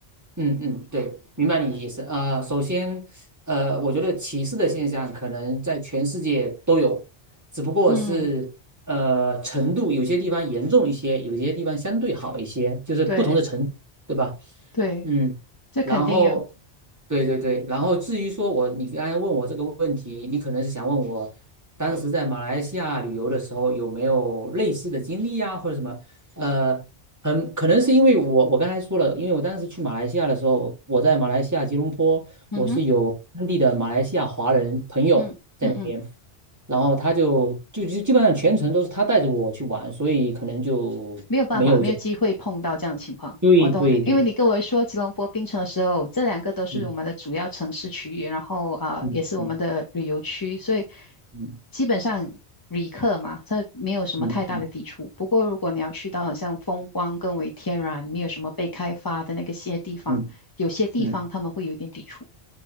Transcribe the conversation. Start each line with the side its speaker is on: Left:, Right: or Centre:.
Right: 嗯嗯，对，明白你的意思。呃，首先，呃，我觉得歧视的现象可能在全世界都有，只不过是呃程度，
Left: 嗯，
Right: 有些地方严重一些，有些地方相对好一些，就是不同的程度对吧？
Left: 对对，
Right: 嗯。
Left: 这肯定有，
Right: 然后，对对对，然后至于说我，你刚才问我这个问题，你可能是想问我，当时在马来西亚旅游的时候有没有类似的经历啊，或者什么？呃，很可能是因为我我刚才说了，因为我当时去马来西亚的时候，我在马来西亚吉隆坡，
Left: 嗯哼，
Right: 我是有当地的马来西亚华人朋友在那边，
Left: 嗯嗯嗯。
Right: 然后他就就就基本上全程都是他带着我去玩，所以可能就没有这个
Left: 没有办法，没有机会碰到这样的情况。
Right: 对对对，
Left: 我懂你，因为你跟我说吉隆坡、槟城的时候，这两个都是我们的主要城市区域，
Right: 嗯
Left: 然后啊、呃也是我们的旅游区，
Right: 嗯嗯
Left: 所以
Right: 嗯
Left: 基本上旅客嘛，这没有什么太大的抵触。
Right: 嗯嗯
Left: 不过如果你要去到很像风光更为天然、没有什么被开发的那个些地方，
Right: 嗯。
Left: 有些地方他们会有一点抵触。
Right: 嗯